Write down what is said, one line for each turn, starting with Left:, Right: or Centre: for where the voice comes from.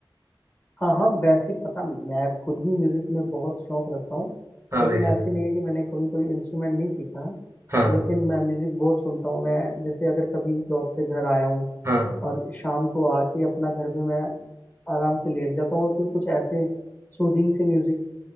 Left: हाँ हाँ वैसे पता मैं खुद भी म्यूजिक में बहुत शौक रखता हूँ
Right: हाँ
Left: लेकिन
Right: भैया
Left: ऐसे नहीं है कि मैंने कभी कोई इंस्ट्रूमेंट नहीं सीखा है
Right: हाँ
Left: लेकिन मैं म्यूजिक बहुत सुनता हूँ मैं जैसे अगर कभी जॉब से घर आया हूँ
Right: हाँ
Left: और शाम को आके अपना घर पे मैं आराम से लेट जाता हूँ और फिर कुछ ऐसे सूदिंग से म्यूजिक